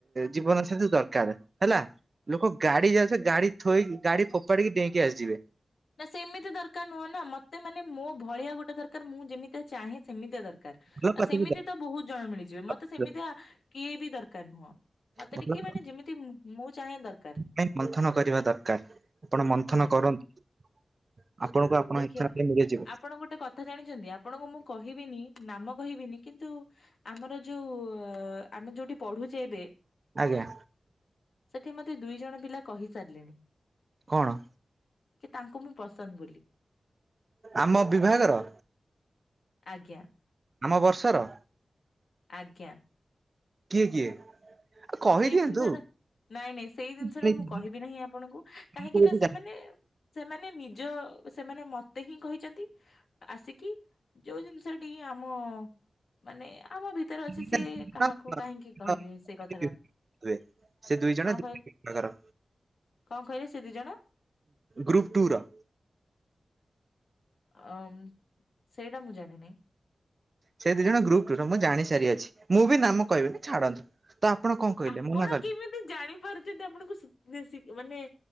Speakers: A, on the right; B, on the left.
A: ଜୀବନ ସାଥି ଦର୍ କାର ହେଲା ଲୋକ ଗାଡି ଯା ସେ ଗାଡି ଥୋଇକି ଗାଡି ଫୋପାଡିକି ଡେଇକି ଆସିଯିବେ।
B: ନା ସେମିତି ଦରକାର ନୁହଁ ନା ମତେ ମାନେ ମୋ ଭଳିଆ ଗୋଟେ ଦରକାର ମୁଁ ଯେମିତି ଚାହେଁ ସେମିତିଆ ଦରକାର।
A: ଭଲ
B: ଆଉ
A: ପାଠକୁ
B: ସେମିତି ତ ବହୁତ ଜଣ ମିଳିଯିବେ ମତେ
A: ଦରକାର,
B: ସେମିତି କିଏ ବି ଦରକାର ନୁହଁ। ମତେ
A: ଭଲ
B: ଟିକେ
A: ପାଠ
B: ମାନେ ଯେମିତି ମୁଁ ଚାହେଁ ଦରକାର।
A: ପାଇଁ ମନ୍ଥନ କରିବା ଦରକାର ଆପଣ ମନ୍ଥନ
B: ଆଜ୍ଞା।
A: କରନ୍ତୁ। ଆପଣଙ୍କୁ ଆପଣ
B: ଦେଖିବା
A: ଇଚ୍ଛା ଅନୁଯାୟୀ ମିଳିଯିବ
B: ଆପଣ ଗୋଟେ କଥା ଜାଣିଛନ୍ତି ଆପଣଙ୍କୁ ମୁଁ କହିବିନି ନାମ କହିବିନି କିନ୍ତୁ ଆମର ଯୋଉ ଆମେ ଯୋଉଠି ପଢୁଛେ ଏବେ।
A: ଆଜ୍ଞା।
B: ସେଠି ମତେ ଦୁଇ ଜଣ ପିଲା କହିସାରିଲେଣି।
A: କଣ?
B: କି ତାଙ୍କୁ ମୁଁ ପସନ୍ଦ ବୋଲି ବୋଲି।
A: ଆମ ବିଭାଗର?
B: ଆଜ୍ଞା।
A: ଆମ ବର୍ଷର।
B: ଆଜ୍ଞା।
A: କିଏ କିଏ କହିଦିଅନ୍ତୁ?
B: ସେଇ ଜିନିଷ ଟା ନାଇଁ ନାଇଁ ସେଇ ଜିନିଷ
A: ମାନେ
B: ଟା
A: ଦି
B: ମୁଁ କହିବି ନାହିଁ ଆପଣଙ୍କୁ କାହିଁକି
A: ଗୋଟେ
B: ନା ସେମାନେ ସେମାନେ ନିଜ ସେମାନେ ମତେ ହିଁ କହିଛନ୍ତି। ଆସିକି ଯୋଉ ଜିନିଷଟି ଆମ ମାନେ ଆମ ଭି ତରେ ଅଛି
A: ଜାଣିକିନା
B: ସିଏ
A: ଦି
B: କାହାକୁ
A: ଜଣ
B: କାହିଁକି କହିବେ
A: ହଁ
B: ସେ କଥା।
A: <inaudible> ସେ ଦୁଇ ଜଣ
B: କହିଲେ
A: <inaudible>
B: କଣ କହିଲେ ସେ ଦିଇ ଜଣ?
A: ଗ୍ରୁପ ଟୁ ରା।
B: ଅ ସେଇଟା ମୁଁ ଜାଣିନି।
A: ସେ ଦି ଜଣ ଗ୍ରୁପ୍ ଟୁ ର ମୁଁ ଜାଣି ସାରି ଅଛି ମୁଁ ବି ନାମ କହିବି ଛାଡନ୍ତୁ। ତ ଆପଣ କଣ କହିଲେ
B: ଆପଣ
A: ମନା କଲେ
B: କେମିତି ଜାଣିପାରୁଛନ୍ତି ଆପଣଙ୍କୁ ମାନେ